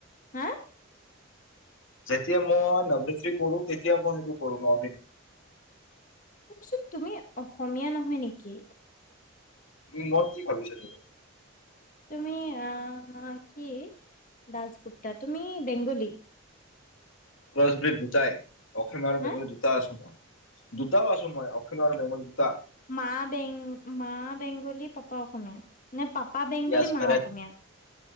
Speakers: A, on the left (about 40°); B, on the left (about 80°).
A: হা?
B: যেতিয়া মই নৱত্ৰ্ৰী কৰো তেতিয়া মই সেইটো কৰো নদিন।
A: চোন তুমি অসমীয়া নহয় নেকি?
B: মই, কি ভাবিছা তুমি?
A: তুমি, আহ, কি? দচগুপ্তা, তুমি বেংগলি।
B: ক্ৰছ <unintelligible> দুটাই। অসম আৰু
A: হা
B: বেংগলী দুটাই আছোঁ মই। দুটাও আছোঁ মই অসম আৰু বেংগলী। দুটা
A: মা বেং, মা বেং গলি, পাপা অসমীয়া? নে পাপা বেংগলী,
B: য়াছ
A: মা
B: কাৰেক্ট
A: অসমীয়া?